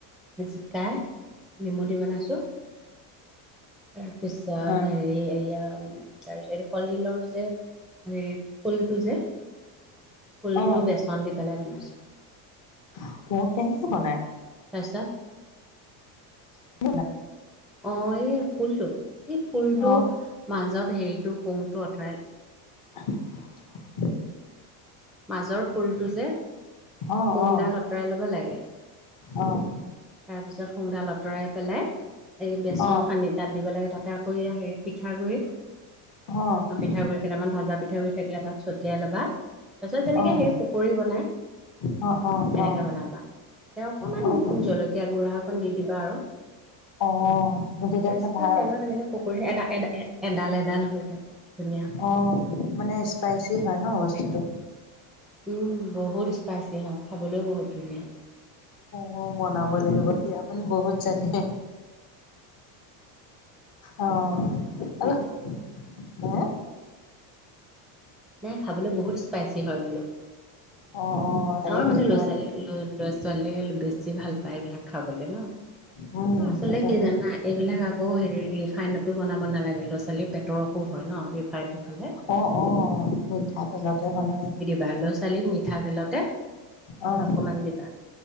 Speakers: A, in the centre; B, on the left.
A: জিকাই, নেমু দি বনাইছোঁ। তাৰপিছত,
B: অ',
A: হেৰি এইয়া তাৰপিছত, এইটো কলডিলৰ যে, হেৰি ফুলটো যে ফুলটো,
B: অ',
A: বেচন দি পেলাই বনাইছোঁ।
B: <unintelligible> কেনেকে বনাই?
A: তাৰপিছত
B: <unintelligible>
A: অ', এই ফুলটো, এই ফুলটো
B: অ',
A: মাজত হেৰিটো শুংটো আঁতৰাই
B: <unintelligible>
A: মাজৰ ফুলটো যে
B: অ',
A: শুংডাল
B: অ',
A: আঁতৰাই ল'ব লাগে
B: অ'।
A: তাৰপিছত, শুং দাল আঁতৰাই পেলাই, এই বেচন
B: অ',
A: সানি তাত দিব লাগে, তাতে আকৌ এয়া হেৰি পিঠাগুড়িত,
B: অ',
A: পিঠাগুড়ি কেইটামান, ভাজা পিঠাগুড়ি থাকিলে, তাত ছটিয়াই ল'বা। তাৰপিছত, যেনেকে
B: অ'।
A: হেৰি পকৰী বনাই।
B: অ', অ',
A: তেনেকে বনাবা, তেঁও অকমান
B: অ', অ',
A: জলকীয়া গুড়া অকন দি দিবা আৰু।
B: অ', তেতিয়া
A: তাৰপিছত
B: মানে ভাল।
A: আৰু তেলত এনেকৈ পকৰী এডা, এডা, এ এডাল, এডাল হৈ থাকে। ধুনীয়া হৈ থাকে
B: অ', মানে স্পাইচি হয় ন, বস্তুটো।
A: উম, বহুত স্পাইচি হয়, খাবলৈও বহুত ধুনীয়া।
B: মইও বনাব লাগিব তেতিয়া, আপুনি বহুত জানে। অ',
A: কি কি
B: হে।
A: নাই, খাবলৈ বহুত স্পাইচি হয় বোলো।
B: অ', অ'। তাকে
A: আমাৰ
B: কৈছো
A: মানে, ল'ৰা-ছোৱালী,
B: ভাল
A: ল'ৰা-ছোৱালীয়ে বেছি ভাল পায়, এইবিলাক খাবলে ন।
B: উম,
A: আচলতে
B: সেইটো
A: কি,
B: হয়
A: জানাই এইবিলাক আকৌ হেৰি, ৰিফাইনতো বনাব নালাগে, ল'ৰা-ছোৱালীৰ পেটৰ অসুখ হয় ন, ৰিফাইনটো। খালে
B: অ', অ', মিঠাতেলতে বনাব।
A: ল'ৰা-ছোৱালীক মিঠাতেলতে। হয়,
B: অ',
A: অকমান দিবা,